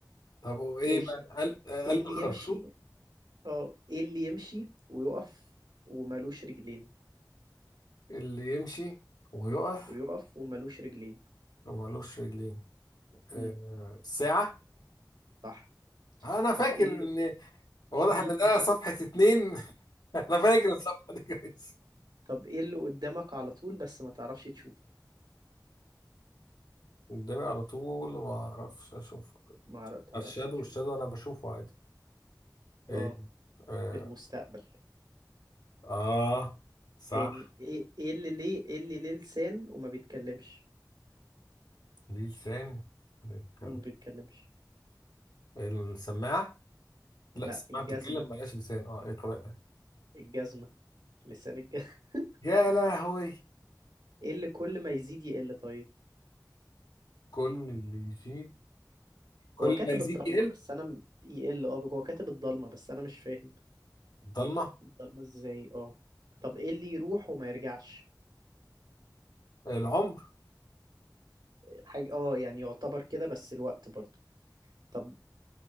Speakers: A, on the left; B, on the right.
A: طب وايه
B: قشطة
A: بقى قلب آه،
B: ايه
A: قلب
B: اللي
A: الخرشوف
B: يمشي اه ايه اللي يمشي ويقف وملوش رجلين
A: اللي يمشي ويقف
B: ويقف وملوش رجلين
A: لو مالوش رجلين
B: امم
A: آه ساعة
B: صح
A: انا فاكر
B: طب ايه
A: ان
B: اللي
A: واضح
B: <laughs>
A: ان ده صفحة اتنين <laughs> انا فاكر الصفحة دي كويس
B: طب ايه اللي قدامك على طول بس ما تعرفش تشوفه
A: قدامي على طول ما اعرفش اشوف
B: ما عر- تعرفش
A: الشادو
B: تشوفه
A: الشادو انا بشوفه عادي ايه
B: اه
A: اه,
B: المستقبل
A: آه صح
B: تاني ايه ايه اللي ليه ايه اللي ليه لسان وما بيتكلمش
A: ليه لسان بيتكلم
B: وما بيتكلمش
A: السماعة
B: لا
A: لا السماعة
B: الجزمة
A: بتتكلم ملهاش لسان اه ايه القراءة ده
B: الجزمة لسان الجزمة <laughs>
A: يا لهوي
B: ايه اللي كل ما يزيد يقل طيب
A: كل اللي يزيد كل
B: هو كاتب
A: ما يزيد
B: الضلمة
A: يقل
B: بس انا م- يقل اه هو كاتب الضلمة بس انا مش فاهم
A: الضلمة
B: الضلمة ازاي اه طب ايه اللي يروح وما يرجعش
A: العمر
B: حاجة اه يعني يعتبر كده بس الوقت برضو طب